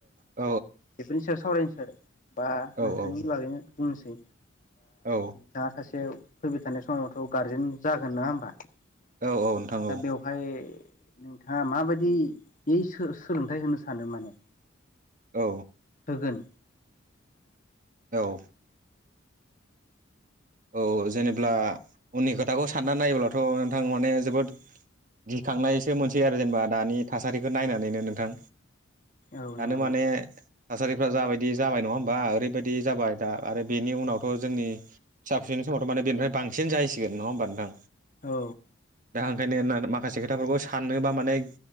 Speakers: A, on the right (about 40°); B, on the left (about 40°).
A: औ
B: बेफोरनि सायाव सावरायनोसै बा
A: औ
B: नोंथांनि बागैनो बुंनोसै
A: औ
B: दा सासे फैबाय थानाय समावथ' गारजेन जागोन नङा होमबा दा
A: औ औ नोंथां औ
B: बेवहाय नोंथाङा माबायदि बे सोलोंथाइ होनो सानो माने
A: औ।
B: गोन
A: औ। औ जेनेब्ला उननि खोथाखौ साननानै नायोब्लाथ नोंथां माने जोबोद गिखांनायसो मोनसै आरो जेनेबा दानि थासारिखौ नायनानैनो नोंथां।
B: औ
A: दानो
B: नंगौ
A: माने थासारिफ्रा जाबायदि जाबाय नङा होमबा ओरैबायदि जाबाय दा आरो बेनि उनावथ जोंनि फिसा फिसौनि समावथ माने बेनिफ्राय बांसिन जाहैसिगोन नङा होमबा नोंथां
B: औ
A: दा ओंखायनो मा माखासे खोथाफोरखौ साननोबा माने